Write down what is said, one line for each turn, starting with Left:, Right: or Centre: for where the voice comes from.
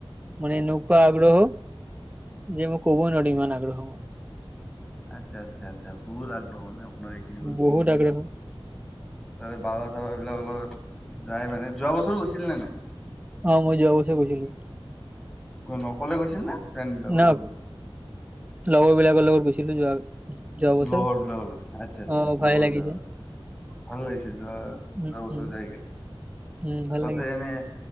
Right: মানে নৌকা আগ্ৰহ। যে মই ক'ব নোৱাৰি ইমান আগ্ৰহ,
Centre: আচ্ছা- আচ্ছা- আচ্ছা বহু আগ্ৰহ মানে। আপোনাৰ এইখিনি বস্তু
Right: বহুত আগ্ৰহ।
Centre: তাৰে বাবা চাবা বিলাক অলপ যাই মানে যোৱা বছৰো গৈছিল নে' নাই?
Right: অ ', মই যোৱা বছৰ গৈছিলো।
Centre: কোন অকলে গৈছিল নে? ফ্ৰেণ্ড বিলাকৰ
Right: ন
Centre: লগত গৈছে?
Right: লগৰ বিলাকৰ লগত গুছিলো যোৱা, যোৱা বছৰ
Centre: লগৰ বিলাকৰ লগত আচ্ছা- আচছা
Right: অ ভালে
Centre: লগৰ
Right: লাগিছে
Centre: বিলাক ভাল লাগিছে, যোৱা যোৱা
Right: উম
Centre: বছৰ
Right: উম
Centre: যায় কিনে।
Right: উম, ভাল
Centre: তাতে
Right: লাগিছে
Centre: এনেই,